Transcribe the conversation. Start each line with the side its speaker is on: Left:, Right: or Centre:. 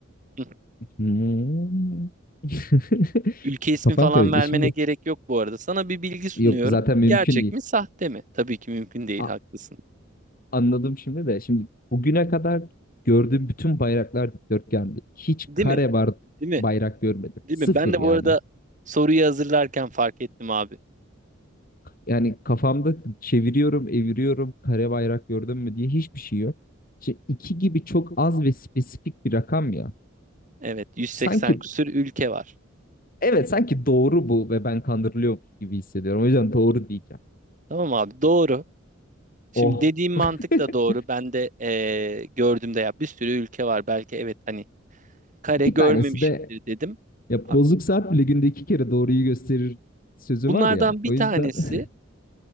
Right: Hı.
Left: Hmm. <laughs>
Right: Ülke ismi
Left: Kafam
Right: falan
Left: karıştı.
Right: vermene
Left: Şimdi
Right: gerek yok bu arada. Sana bir bilgi sunuyorum.
Left: yok zaten mümkün
Right: Gerçek
Left: değil.
Right: mi, sahte mi? Tabii ki mümkün değil,
Left: A-
Right: haklısın.
Left: anladım şimdi de. Şimdi bugüne kadar gördüğüm bütün bayraklar dikdörtgendi. Hiç
Right: Değil
Left: kare
Right: mi?
Left: var
Right: Değil mi?
Left: bayrak görmedim.
Right: Değil
Left: Sıfır
Right: mi? Ben de
Left: yani.
Right: bu arada soruyu hazırlarken fark ettim abi.
Left: Yani kafamda çeviriyorum, eviriyorum, kare bayrak gördün mü diye hiçbir şey yok. İşte iki gibi çok az ve spesifik bir rakam ya.
Right: Evet, 180
Left: Sanki
Right: küsür ülke var.
Left: evet sanki doğru bu ve ben kandırılıyormuş gibi hissediyorum. O yüzden doğru diyeceğim.
Right: Tamam abi, doğru. Şimdi
Left: Oh.
Right: dediğim mantık
Left: <laughs>
Right: da doğru. Ben de eee gördüğümde ya bir sürü ülke var. Belki evet hani kare
Left: İki
Right: görmemişimdir
Left: tanesi de
Right: dedim.
Left: ya
Right: Abi,
Left: bozuk saat bile günde iki kere doğruyu gösterir sözü
Right: bunlardan
Left: var ya.
Right: bir
Left: O yüzden
Right: tanesi
Left: <laughs>